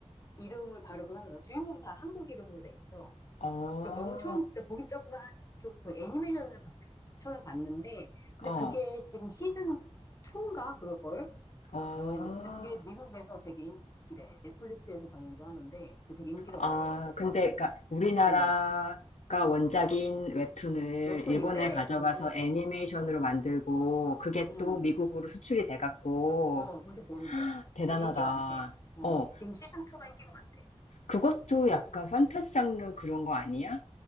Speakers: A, on the left; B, on the left.
A: 이름을 발음을 하는 거야. 주인공 다 한국 이름으로 돼 있어.
B: 어,
A: 그 너무 처음 때 보기 조금 좀그 애니메이션을 바- 처음에 봤는데 근데
B: 어,
A: 그게 지금 시즌 2인가 그럴걸
B: 어.
A: 나와 있는데 근데 그게 미국에서 되게 인기래 넷플릭스에서 방영도 하는데 그 되게 인기라고
B: 아,
A: 하더라고
B: 근데 그러니까 우리나라가
A: 어
B: 원작인 웹툰을
A: 웹툰인데
B: 일본에 가져가서
A: 어 그래서
B: 애니메이션으로 만들고 그게
A: 음어
B: 또 미국으로 수출이 돼갖고
A: 거기서 보는 거야
B: 대단하다.
A: 되게 인기 많대 어
B: 어, 그-
A: 지금 시즌 2가 인기가 많대
B: 그것도 약간 판타지 장르 그런 거 아니야?